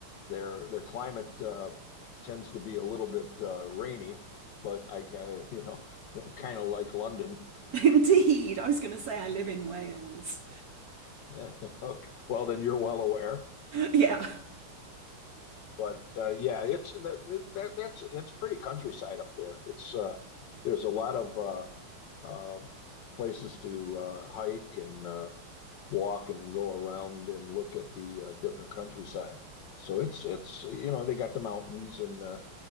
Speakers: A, on the left; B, on the right.
A: their their climate uh, tends to be a little bit uh, rainy, but I, I you know <laughs> kind of like London.
B: <laughs> Indeed, I was going to say I live in Wales.
A: <laughs> Okay. Well, then you're well aware.
B: <laughs> Yeah.
A: But uh, yeah, it's that, that that's it's pretty countryside up there. It's uh, there's a lot of uh, uh, places to uh, hike and uh, walk and go around and look at the uh, different countryside. So it's it's you know they got the mountains and uh,